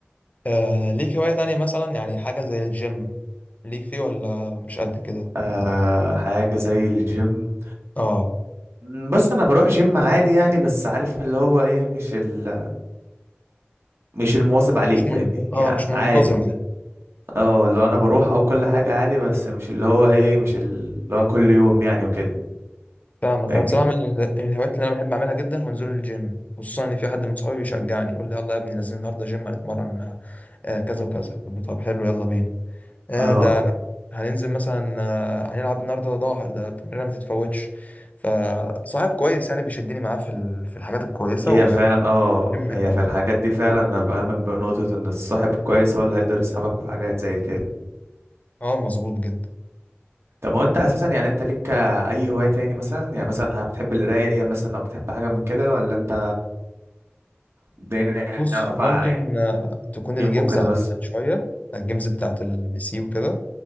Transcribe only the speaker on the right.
آه حاجة زي الجيم
مم، بص انا بروح جيم عادي يعني بس عارف اللي هو ايه مش ال... مش المواظب عليه
فاهمني
يعني
عادي
اه اللي هو انا بروح او كل حاجة عادي بس مش اللي هو ايه مش اللي هو كل يوم يعني وكده
فاهمني
اه
هي فعلا اه
هي
في الحاجات دي فعلا انا بآمن بنقطة ان الصاحب كويس هو اللي هيقدر يسحبك في حاجات زي كده
طب هو انت اساسا يعني انت ليك اي هواية تاني مثلا يعني مثلا بتحب القراية مثلا او بتحب حاجة من كده ولا انت الدنيا
واقفة
يعني
جيم وكده
بس